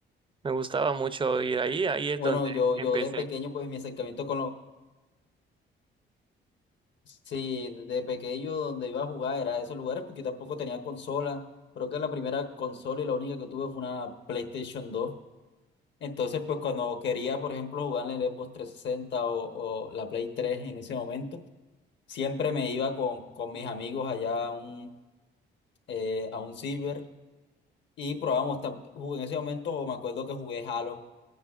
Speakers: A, on the right (about 25°); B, on the left (about 65°).
A: me gustaba mucho ir ahí, ahí es
B: Bueno,
A: donde
B: yo,
A: empecé.
B: yo de pequeño, pues mi acercamiento con los, sí, de pequeño donde iba a jugar era a esos lugares porque tampoco tenía consola. Creo que la primera consola y la única que tuve fue una PlayStation 2. Entonces, pues cuando quería, por ejemplo, jugar en el Xbox 360 o, o la Play 3 en ese momento Siempre me iba con, con mis amigos allá a un, eh, a un ciber y probábamos, tam- jugué en ese momento o me acuerdo que jugué Halo